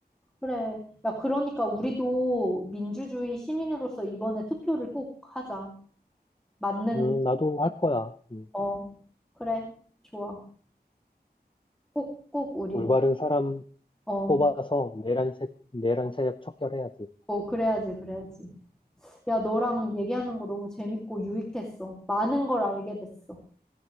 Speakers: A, in the centre; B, on the left.
A: 그래. 야, 그러니까 우리도 민주주의 시민으로서 이번에 투표를 꼭 하자. 맞는,
B: 음, 나도 할 거야. 음,
A: 어, 그래. 좋아. 꼭, 꼭 우리,
B: 올바른 사람
A: 어.
B: 뽑아서 내란 세, 내란 세력 척결해야지.
A: 어, 그래야지, 그래야지. 야, 너랑 얘기하는 거 너무 재밌고 유익했어. 많은 걸 알게 됐어.